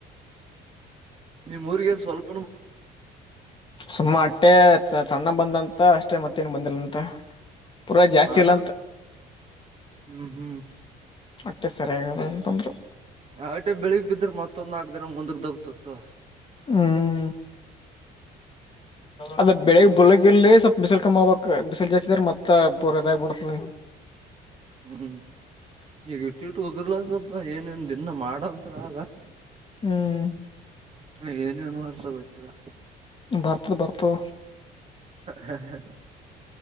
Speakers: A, on the right; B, on the left.
A: ನಿಮ್ ಊರಿಗೇನ್ ಸ್ವಲ್ಪ್
B: ಸುಮ್ಮ ಅಟ್ಟೆ ಸಣ್ಣ ಬಂದಂತ ಮತ್ತ ಅಷ್ಟೇ ಮತ್ತೇನ್ ಬಂದಿಲ್ಲ ಅಂತ, ಪೂರಾ ಜಾಸ್ತಿ
A: ಸಣ್ಣ
B: ಇಲ್ಲ ಅಂತ.
A: ಹ್ಮ್, ಹ್ಮ್
B: ಅಟ್ಟೆ ಸರ್ಯಾಗಾದ್ ಅಂತಂದರು.
A: ಆಟೆ ಬೆಳಿಗ್ ಬಿದ್ರೆ ಮತ್ತೊಂದ್ ನಾಲ್ಕ್ ದಿನ ಮುಂದಕ್ ದೊಬ್ತಿತ್ತು.
B: ಹ್ಮ್, ಅಲ್ಲ ಬೆಳಿಗ್ ಬರ್ಕಲ್ಲ <unintelligible> ಸ್ವಲ್ಪ್ ಬಿಸಿಲ್ ಕಮ್ಮಿ ಆಗಬೇಕ್ ಬಿಸಿಲ್ ಜಾಸ್ತಿ ಆದ್ರ ಮತ್ತೆ ಪೂರ್ ಇದಾಗಿ ಬುಡ್ತದ
A: ಹ್ಮ್, ಈಗ ಇಟ್ಟು -ಇಟ್ಟು ಉದರ್ಲ ಸ್ವಲ್ಪ ಏನೇನ್ ದಿನ್ನಾಮಾಡಂತ್ರ ಆದ. -
B: ಹ್ಮ್
A: ಏನೇನ್ ಮಾಡ್ಸದ್ ಗೊತ್ತಿಲ್ಲಾ.
B: ಬರ್ತಬರ್ತದ.
A: <unintelligible>